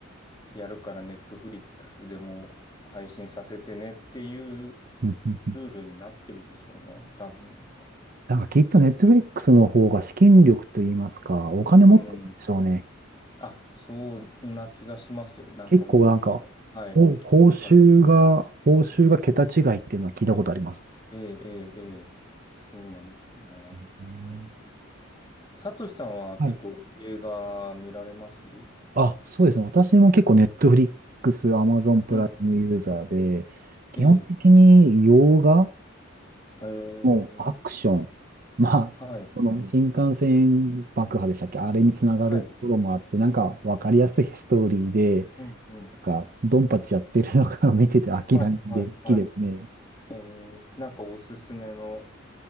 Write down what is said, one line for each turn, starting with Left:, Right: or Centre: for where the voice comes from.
Left: やるからネットフリックスでも配信させてねっていう
Right: うんうん
Left: ルールになってるんでしょうね、多分。
Right: なんかきっとネットフリックスの方が資金力といいますか、お金持ってるんでしょうね。
Left: うん。あ、そんな気がしますよ。なんか僕も、
Right: 結構なんか、
Left: はい、
Right: お報酬が、
Left: 聞く限り。
Right: 報酬が桁違いっていうのは聞いたことあります。
Left: ええ、ええ、ええ、そうなんでしょうね、
Right: うん
Left: 多分。サトシさんは結構映画見られますうん
Right: はい。あ、そうですね。私も結構ネットフリックス、アマゾンプライムユーザーで、
Left: うんうんうん
Right: 基本的に洋画、
Left: ええ、え
Right: もうアクション、
Left: え、
Right: <laughs> まあ、
Left: はい、
Right: その新幹線爆破でしたっけあれにつながるところもあって、
Left: はい、はい、
Right: なんかわかりやすいストーリーで、
Left: うんうん
Right: なんか、ドンパチやってるのが <laughs> 見てて飽きないんで、
Left: はい、はい、
Right: 好きですね。
Left: はい。ええ、なんかおすすめの